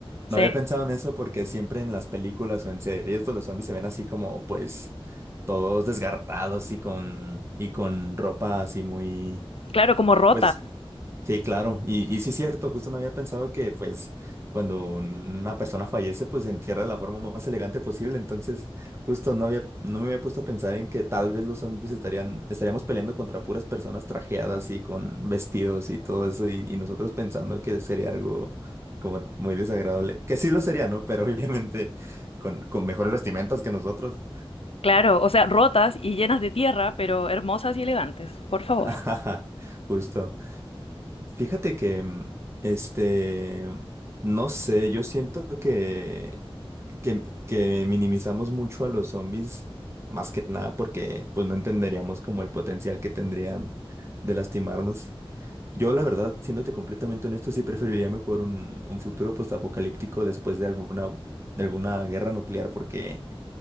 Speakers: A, on the left; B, on the right.
A: Sí.
B: no había pensado en eso porque siempre en las películas o en series, pues los zombies se ven así como, pues, todos desgarrados y con, y con ropa así muy,
A: Claro, como rota,
B: pues, Sí, claro. Y, y sí es cierto, justo no había pensado que pues cuando una persona fallece pues se entierra de la forma más elegante posible. Entonces, justo no había, no me había puesto a pensar en que tal vez los zombies estarían, estaríamos peleando contra puras personas trajeadas y con vestidos y todo eso, y, y nosotros pensando que sería algo como muy desagradable. Que sí lo sería, ¿no? Pero <laughs> obviamente con, con mejores vestimentas que nosotros.
A: claro, o sea, rotas y llenas de tierra, pero hermosas y elegantes, por favor.
B: <laughs> Justo. Fíjate que, mm, este, no sé, yo siento que, que, que minimizamos mucho a los zombies, más que nada porque pues no entenderíamos como el potencial que tendrían de lastimarnos. Yo la verdad, siéndote completamente honesto, sí preferiría mejor un, un futuro postapocalíptico después de alguna, de alguna guerra nuclear, porque